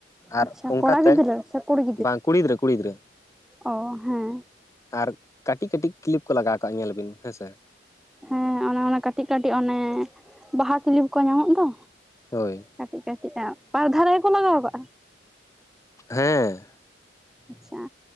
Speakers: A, on the left; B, in the centre.
A: ᱟᱨ
B: ᱟᱪᱪᱷᱟ
A: ᱚᱝᱠᱟᱛᱮ
B: ᱠᱚᱲᱟ ᱜᱤᱫᱽᱨᱟᱹ ᱥᱮ ᱠᱩᱲᱤ
A: ᱵᱟᱝ ᱠᱩᱲᱤ ᱜᱤᱫᱽᱨᱟᱹ ᱠᱩᱲᱤ ᱜᱤᱫᱽᱨᱟᱹ
B: ᱚ ᱦᱮᱸ
A: ᱟᱨ ᱠᱟᱹᱴᱤᱡ ᱠᱟᱹᱴᱤᱡ ᱠᱞᱤᱯ ᱠᱚ ᱞᱟᱜᱟᱣ ᱠᱟᱜᱼᱟ ᱧᱮᱞ ᱵᱤᱱ ᱦᱮᱸᱥᱮ?
B: ᱦᱮᱸ ᱚᱱᱮ ᱚᱱᱟ ᱠᱟᱹᱴᱤᱡ ᱠᱟᱹᱴᱤᱡ ᱚᱱᱮ ᱵᱟᱦᱟ ᱠᱤᱞᱤᱯ ᱠᱚ ᱧᱟᱢᱚᱜ ᱫᱚ᱾
A: ᱦᱳᱭ᱾
B: ᱠᱟᱹᱴᱤᱡ ᱠᱟᱹᱴᱤᱡ ᱟᱜ ᱯᱟᱨ ᱫᱷᱟᱨᱮ ᱜᱮᱠᱚ ᱞᱟᱜᱟᱣ ᱠᱟᱜᱼᱟ᱾
A: ᱦᱮᱸ᱾
B: ᱟᱪᱪᱷᱟ